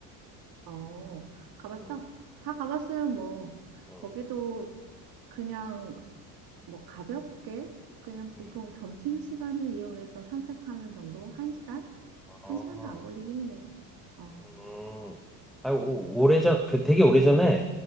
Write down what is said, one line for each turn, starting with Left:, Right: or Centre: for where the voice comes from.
Right: 어, 가봤어?
Centre: 음,
Right: 다 가봤으면 뭐,
Centre: 음,
Right: 거기도 그냥 뭐 가볍게 그냥 보통
Centre: 음.
Right: 점심시간을 이용해서 산책하는 정도? 한 시간?
Centre: 아,
Right: 한 시간도 안 걸리기는 해. 어,
Centre: 음. 아 오- 오래전, 그 되게 오래전에